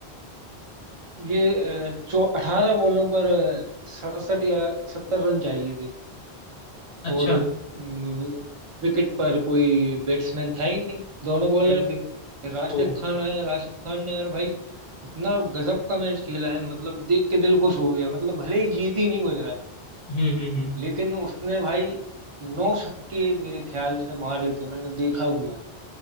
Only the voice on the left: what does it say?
अच्छा
हम्म
ओ
हम्म हम्म हम्म